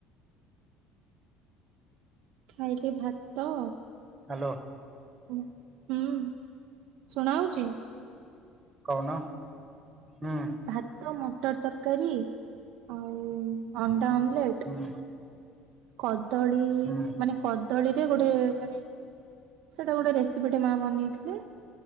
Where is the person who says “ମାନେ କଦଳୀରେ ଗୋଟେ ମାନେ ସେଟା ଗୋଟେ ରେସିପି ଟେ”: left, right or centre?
Right